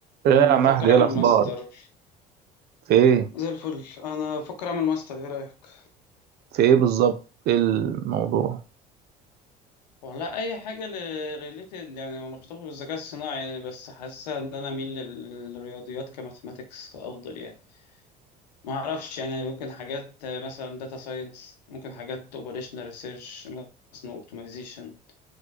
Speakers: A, on the right; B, on the left.
A: ايه
B: أمم،
A: يا
B: بفكر
A: مهدي ايه
B: اعمل
A: الاخبار
B: ماستر
A: في ايه
B: زي الفل انا بفكر اعمل ماستر ايه رايك
A: في ايه بالظبط ايه الموضوع
B: والله اي حاجه ريليتد يعني مرتبطه بالذكاء الصناعي يعني، بس حاسه ان انا اميل للرياضيات كماثماتكس افضل يعني ما اعرفش يعني ممكن حاجات آه، مثلا داتا ساينس ممكن حاجات اوبريشنال ريسيرش مثلا اوبتمايزيشن